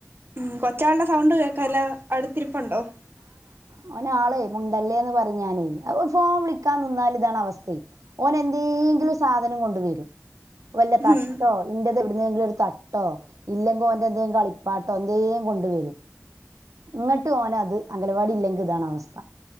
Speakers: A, on the right (about 45°); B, on the right (about 80°).
A: ഉം കൊച്ചാളുടെ സൗണ്ട് കേക്കലോ അടുത്തിരിപ്പുണ്ടോ
B: അവന് ആളെ മുണ്ടല്ലേന്ന് പറഞ്ഞെ ഞാനേ ഫോൺ വിളിക്കാൻ നിന്നാൽ ഇതാണ് അവസ്ഥയെ ഓനെ എന്തെങ്കിലും കൊണ്ട് വരും വല്ല തട്ടോ
A: ഉം
B: നിന്റത് എടു- എന്തെങ്കിലും ഒരു തട്ടോ ഇല്ലങ്കി ഓൻറെ എന്തെിലും കളിപ്പാട്ടോ എന്തേനും കൊണ്ട് വരും ഇങ്ങോട്ട് ഓന് അത് അംഗനവാടി ഇല്ലെങ്കിൽ ഇതാണ് അവസ്ഥ